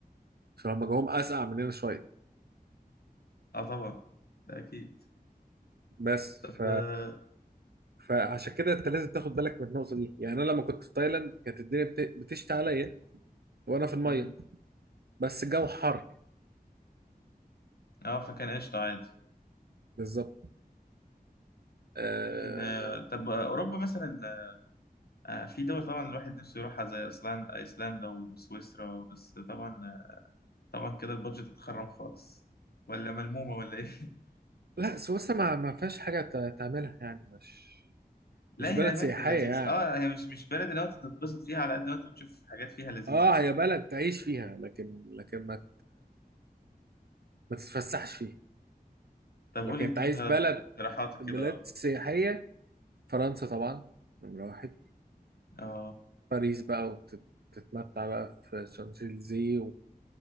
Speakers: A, on the right (about 80°); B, on the left (about 75°).
A: عشان هم جوهم اسقع مننا شويه
B: اه طبعا ده اكيد
A: بس
B: طب
A: ف
B: اه
A: فعشان كده انت لازم تاخد بالك من النقطه دي يعني انا لما كنت في تايلاند كانت الدنيا بت... بتشتي عليا وانا في الميه
B: مم.
A: بس الجو حر
B: آه، فكان قشطة عادي
A: بالظبط آه...
B: لكن آه، طب آه، اوروبا مثلا آه، في دول طبعا الواحد نفسه يروحها زي ايسلندا ايسلندا وسويسرا بس طبعا آه، طبعا كده البادجت هتخرم خالص ولا ملمومة ولا ايه <laughs>
A: لا سويسرا ما ما فيهاش حاجه ت- تعملها يعني مش
B: لا
A: مش بلد
B: هي الاماكن
A: سياحيه
B: لذيذة
A: يعني
B: اه هي مش مش بلد اللي انت تتبسط فيها على قد ما انت بتشوف حاجات فيها لذيذة
A: اه
B: بس
A: هي بلد تعيش فيها لكن لكن ما ما تتفسحش فيها
B: طب
A: لكن
B: قولي انت
A: انت عايز بلد
B: اقتراحاتك كده
A: بلاد
B: اه
A: سياحية فرنسا طبعا نمرة واحد
B: اه
A: باريس بقى وتتمتع بقى في شانزليزيه